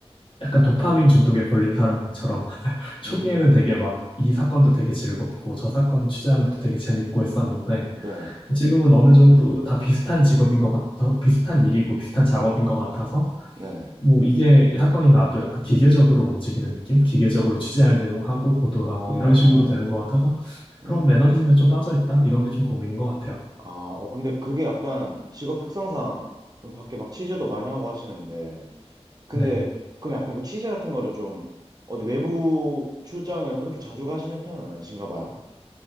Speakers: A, on the left; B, on the right.
A: 약간 도파민 중독에 걸린 사람처럼 <laughs> 초기에는
B: 음,
A: 되게 막 이 사건도 되게 즐겁고 저 사건 취재하는 것도 되게 재밌고 했었는데
B: 네네.
A: 지금은 어느 정도 다 비슷한 직업인 것 같아, 비슷한 일이고 비슷한 작업인 것 같아서,
B: 네네.
A: 뭐 이게 사건이 나도 약간 기계적으로 움직이는 느낌? 기계적으로 취재할 내용하고 보도하고
B: 어,
A: 이런 식으로 되는 것 같아서
B: 네.
A: 그런 매너리즘에 좀 빠져 있다? 이런 게 좀 고민인 것 같아요.
B: 아, 어, 근데 그게 약간 직업 특성상 좀 밖에 막 취재도 많이 하고 하시는데. 근데
A: 네.
B: 그럼 약간 그 취재 같은 거를 좀 어디 외부 출장을 그렇게 자주 가시는 편은 아니신가 봐요?